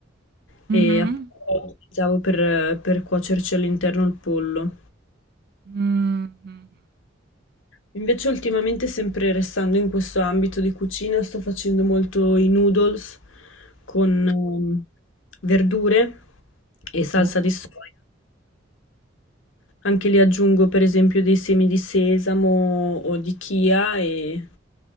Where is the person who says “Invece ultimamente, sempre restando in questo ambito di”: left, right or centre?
Left